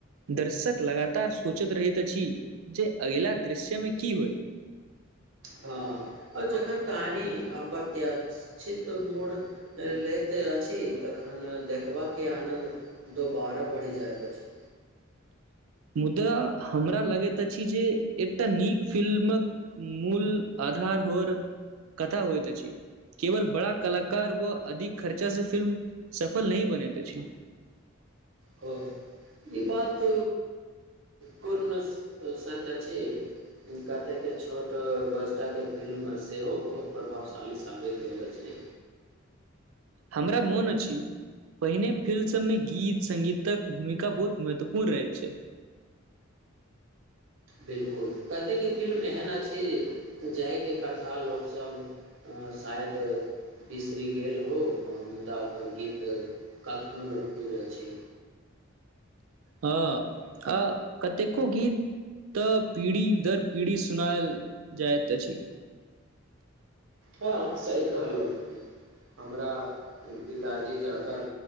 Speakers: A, on the right (about 85°); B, on the right (about 65°).
A: दर्शक लगातार सोचैत रहैत अछि जे अगिला दृश्यमे की होइ <inaudible>
B: हँ आओर जखन कहानी अप्रत्यक्षित मोड़ लैत अछि त खन देखबाके आनन्द दोबारा बढ़ि जाइत अछि
A: <inaudible> मुदा हमरा लगैत अछि जे एकटा नीक फिल्मक मूल आधा र होर कथा होइत अछि केवल बड़ा कलाकार व अधिक खर्चा से फिल्म सफल नहि बनैत अछि <inaudible>
B: हं ई बात पूर्ण स त छै हुंनका तऽ एतेक छोट बच्चाके फिल्म सेहो बहुत प्रभावशाली साबित भेल अछि
A: हमरा मोन अछि पहिने फिल्म सभमे गीत संगीतक भूमिका बहुत महत्वपूर्ण रहैत छल <inaudible>
B: बिलकुल कतेके फिल्म एहन अछि जाहिके कथा लोकसभ शायद बिसरि गेल हो मुदा ओकर गीत कखनहु लोक अछि
A: हँ आ कतेको गीत तऽ पीढ़ी दर पीढ़ी सुनायल जाइत अछि
B: हँ सही कहलहुँ हमरा पिताजी जातर